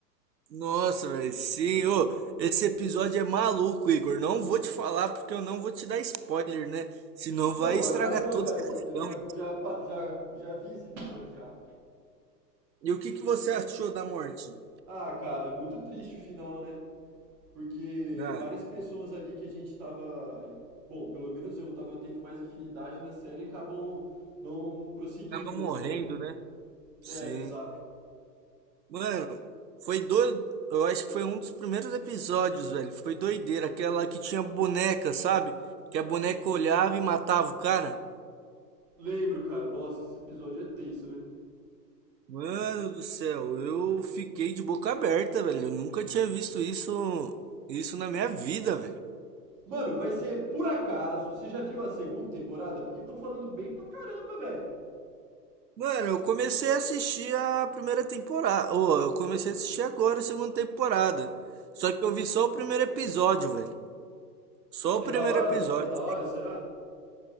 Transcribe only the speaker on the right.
Nossa, velho, sim. Ô, esse episódio é maluco, Igor. Não vou te falar porque eu não vou te dar spoiler, né? Senão
vai estragar
toda
a
emoção.
E o que que você achou da morte?
Ah.
Acaba morrendo,
né? Sim.
Mano, foi do... Eu acho que foi um dos primeiros episódios, velho. Foi doideira. Aquela que tinha boneca, sabe? Que a boneca olhava e matava o cara.
Mano do céu, eu fiquei de boca aberta, velho. Eu nunca tinha visto isso, isso na minha vida, velho.
Mano, eu comecei a assistir a primeira temporada. Ô, eu comecei a assistir agora a segunda temporada. Só que eu vi só o primeiro episódio, velho. Só
o primeiro
episódio.